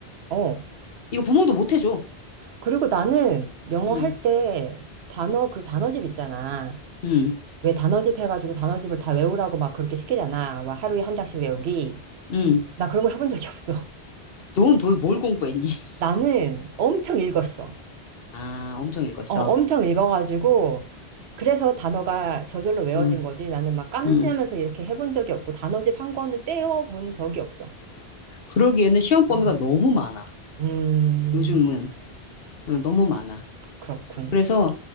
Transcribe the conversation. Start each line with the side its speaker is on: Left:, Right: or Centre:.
Right: 어.
Left: 이거 부모도 못 해줘.
Right: 그리고 나는 영어
Left: 음,
Right: 할 때 단어, 그 단어집 있잖아.
Left: 음,
Right: 왜 단어집 해가지고 단어집을 다 외우라고 막 그렇게 시키잖아. 막 하루에 한 장씩 외우기.
Left: 음.
Right: 나 그런 거 해본 적이 없어.
Left: 넌 도대체 뭘 공부했니? <laughs>
Right: <laughs> 나는 엄청 읽었어.
Left: 아, 엄청 읽었어.
Right: 어, 엄청 읽어가지고. 그래서 단어가 저절로 외워진
Left: 음,
Right: 거지. 나는 막 깜지하면서
Left: 음.
Right: 이렇게 해본 적이 없고, 단어집 한 권을 떼어본 적이 없어.
Left: 그러기에는 시험 범위가
Right: 음,
Left: 너무 많아.
Right: 음,
Left: 요즘은. 응, 너무 많아.
Right: 그렇군.
Left: 그래서